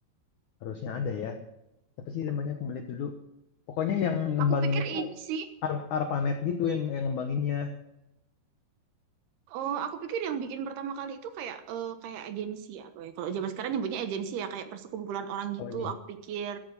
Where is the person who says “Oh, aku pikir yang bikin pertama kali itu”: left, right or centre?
Right